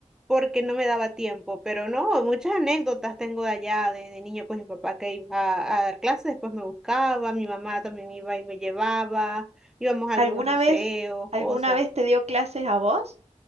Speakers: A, in the centre; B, on the right.
A: porque no me daba tiempo. Pero no, muchas anécdotas tengo de allá, de, de niña, pues mi papá que iba a, a dar clases, después me buscaba, mi mamá también iba y me llevaba, íbamos a
B: ¿Alguna
A: algunos museos,
B: vez, alguna
A: cosas.
B: vez te dio clases a vos?